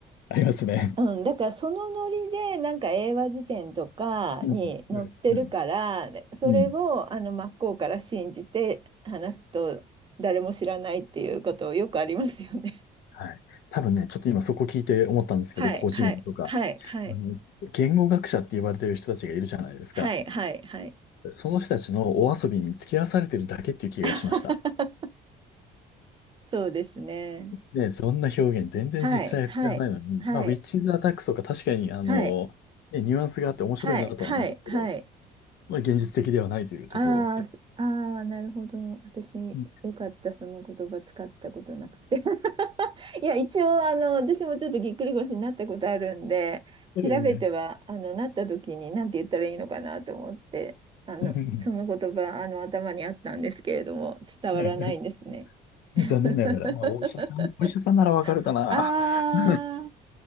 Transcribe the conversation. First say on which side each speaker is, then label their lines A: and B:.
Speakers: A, on the left (about 75°); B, on the right (about 30°).
A: ありますね。
B: うん、だからそのノリでなんか英和辞典とかに載ってるからでそれをあの真っ向から信じて話すと誰も知らないっていうことよくありますよね。
A: うん、うん、うん。うんはい。多分ね、ちょっと今そこ聞いて思ったんですけど、
B: <laughs> はいはいはいはい
A: 個人とか、あの、言語学者って言われてる人たちがいるじゃないですか。
B: はいはいはい。
A: その人たちのお遊びに付き合わされてるだけっていう気がしました。
B: <laughs> そうですね。
A: ね、そんな表現全然実際は使わないのに、
B: はいはいはい。
A: まあ、ウィッチズ・アタックとか確かに、あの、
B: はい、
A: ね、ニュアンスがあって面白いなとは思うんですけど、
B: はい、はい、はい。
A: まあ、現実的ではないというところです。
B: あーすあー、なるほど。私、
A: うん
B: よかった、その言葉使ったことなくて。<laughs> いや、一応、あの、私もちょっとぎっくり腰になったことあるんで、
A: ええ
B: 調べては、あの、なった時に何て言ったらいいのかなと思って、あの、
A: うん
B: その言葉、あの、頭にあったんですけれども、伝わらないんですね。
A: はい <laughs>
B: <laughs>
A: 残念ながら、まあ、お医者さん、お医者さんならわかるかな
B: あ
A: <laughs>